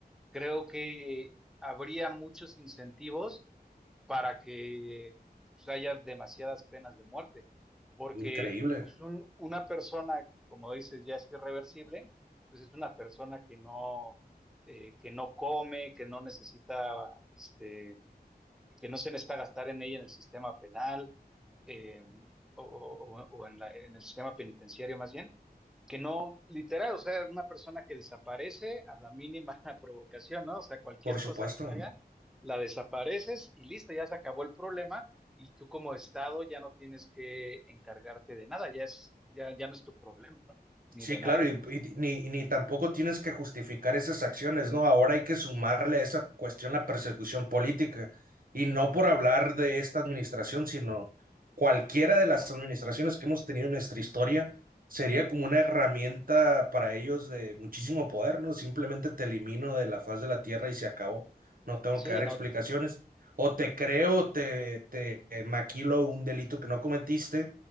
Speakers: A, in the centre; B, on the right.
A: creo que habría muchos incentivos para que pues, haya demasiadas penas de muerte, porque
B: increíble,
A: pues, un- una persona, como dices, ya es irreversible, pues es una persona que no, eh, que no come, que no necesita, este, que no se necesita gastar en ella en el sistema penal eh, o, o- o en la- en el sistema penitenciario más bien que no, literal, o sea, una persona que desaparece a la mínima <laughs> provocación, ¿no? O sea, cualquier
B: por supuesto.
A: cosa que haga, la desapareces y listo, ya se acabó el problema y tú como Estado ya no tienes que encargarte de nada, ya es, ya, ya no es tu problema, ¿no? Ni
B: Sí,
A: de nadie.
B: claro, y, y ni, y ni tampoco tienes que justificar esas acciones, ¿no? Ahora hay que sumarle a esa cuestión la persecución política, y no por hablar de esta administración, sino cualquiera de las administraciones que hemos tenido en nuestra historia sería como una herramienta para ellos de muchísimo poder, ¿no? Simplemente te elimino de la faz de la tierra y se acabó, no tengo
A: Sí,
B: que dar
A: no.
B: explicaciones, o te creo, te, te maquilo un delito que no cometiste